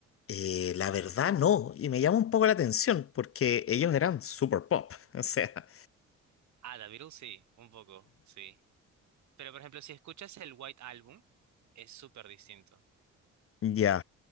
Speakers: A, on the left; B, on the right.
A: Eh, la verdad no, y me llama un poco la atención porque ellos eran super pop, <laughs> o sea,
B: Ah, The Beatles sí, un poco, sí. Pero por ejemplo, si escuchas el White Album, es súper distinto.
A: ya,